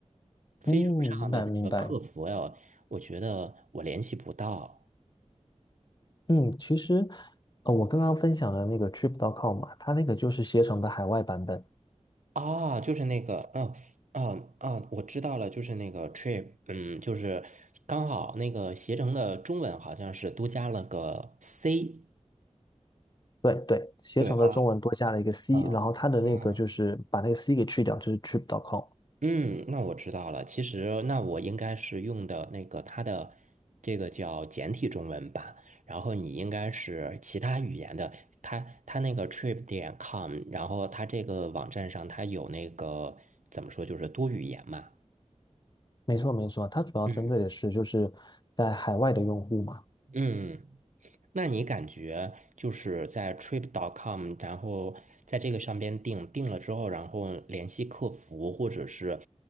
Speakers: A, on the right (about 80°); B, on the left (about 35°).
A: 飞猪上的那个客服呀，
B: 嗯，明白明白。
A: 我觉得我联系不到
B: 嗯，其实，呃，我刚刚分享的那个 Trip.com 嘛，它那个就是携程的海外版本。
A: 啊，就是那个，嗯、啊啊，我知道了，就是那个 trip，嗯，就是刚好那个携程的中文好像是多加了个 C，
B: 对对，携程的中文多加了一个
A: 对啊
B: C，
A: 啊
B: 然后它的那个就是把那个
A: 啊，
B: C 给去掉，就是 Trip.com。
A: 嗯，那我知道了。其实，那我应该是用的那个它的这个叫简体中文版，然后你应该是其他语言的。它它那个 trip 点 com，然后它这个网站上它有那个怎么说，就是多语言嘛。
B: 没错没错，它主要针对的是就是在海外的用户嘛。
A: 嗯嗯。那你感觉就是在 trip.com，然后在这个上边订，订了之后，然后联系客服，或者是